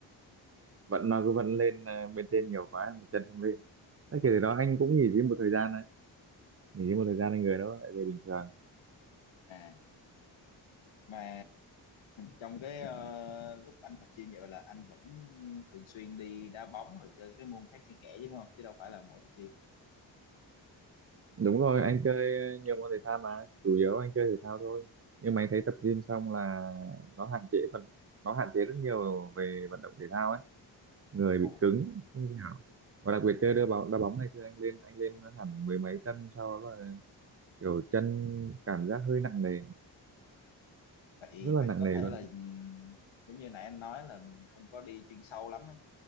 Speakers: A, on the right; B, on the left.
A: vận nó cứ vận lên à, bên trên nhiều quá mà chân không lên thế kể từ đó anh cũng nghỉ gym một thời gian đấy nghỉ gym một thời gian anh người đó lại về bình thường
B: À, mà trong cái ờ, lúc anh tập gym vậy là anh vẫn thường xuyên đi đá bóng rồi chơi các cái môn khác xen kẽ chứ đúng không? Chứ đâu phải là mỗi tập gym.
A: đúng rồi anh chơi ờ, nhiều môn thể thao mà chủ yếu anh chơi thể thao thôi nhưng mà anh thấy tập gym xong là nó hạn chế phần nó hạn chế rất nhiều về vận động thể thao ấy người bị
B: Ồ,
A: cứng không thể nào và đặc biệt
B: à,
A: chơi đá bóng đá bóng ngày xưa anh lên anh lên hẳn mười mấy cân sau đó là kiểu chân cảm giác hơi nặng nề
B: vậy
A: rất là
B: vậy
A: nặng
B: có
A: nề
B: thể
A: luôn
B: là ừm, giống như nãy anh nói là mình không có đi chuyên sâu lắm ấy.